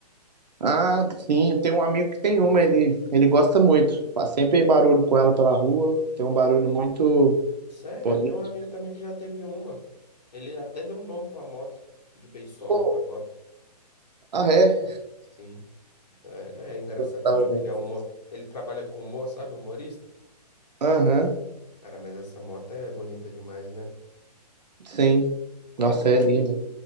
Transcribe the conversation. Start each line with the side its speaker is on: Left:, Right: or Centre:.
Right: Ah, sim, eu tenho um amigo que tem uma, ele, ele gosta muito. Faz sempre barulho com ela pela rua, tem um barulho muito
Left: Sério,
Right: bonito.
Left: eu tenho um amigo também que já teve uma. Ele até deu um nome pra moto, de Beisola
Right: Pô,
Left: pra moto.
Right: ah, é?
Left: Sim, é, ele é engraçadinho.
Right: Gostava mesmo.
Left: Ele é humor, ele trabalha com humor, sabe? Humorista.
Right: Aham,
Left: Cara, mas essa moto é bonita demais, né?
Right: sim.
Left: Agora
Right: Nossa,
Left: uma, mo-
Right: é linda.